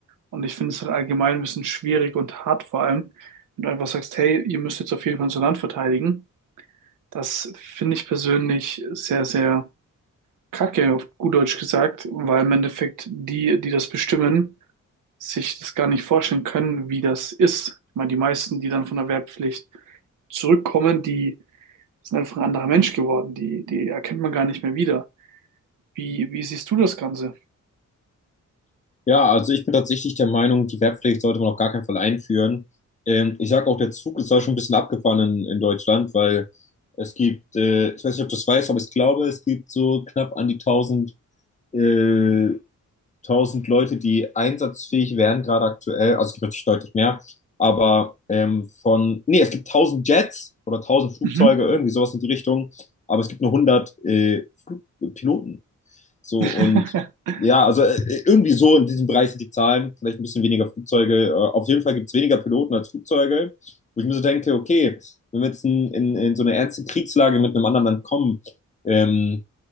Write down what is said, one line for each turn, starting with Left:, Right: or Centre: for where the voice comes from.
Right: Und ich finde es halt allgemein ein bisschen schwierig und hart, vor allem, wenn du einfach sagst, hey, ihr müsst jetzt auf jeden Fall unser Land verteidigen. Das finde ich persönlich sehr, sehr Kacke, auf gut Deutsch gesagt, weil im Endeffekt die, die das bestimmen, sich das gar nicht vorstellen können, wie das ist. Ich meine, die meisten, die dann von der Wehrpflicht zurückkommen, die sind einfach ein anderer Mensch geworden. Die, die erkennt man gar nicht mehr wieder. Wie, wie siehst du das Ganze?
Left: Ja, also ich bin tatsächlich der Meinung, die Wehrpflicht sollte man auf gar keinen Fall einführen. Ähm, ich sage auch, der Zug ist da schon ein bisschen abgefahren in, in Deutschland, weil es gibt, äh, ich weiß nicht, ob du es weißt, aber ich glaube, es gibt so knapp an die tausend. äh, 1000 Leute, die einsatzfähig wären, gerade aktuell. Also es gibt natürlich deutlich mehr. Aber ähm, von, nee, es gibt 1000 Jets oder 1000 Flugzeuge,
Right: Mhm.
Left: irgendwie sowas in die Richtung. Aber es gibt nur 100 äh, Flug Piloten. So
Right: <laughs>
Left: und ja, also äh, äh, irgendwie so in diesem Bereich sind die Zahlen. Vielleicht ein bisschen weniger Flugzeuge. Äh, auf jeden Fall gibt es weniger Piloten als Flugzeuge. Wo ich mir so denke, okay, wenn wir jetzt in, in, in so eine ernste Kriegslage mit einem anderen Land kommen, ähm,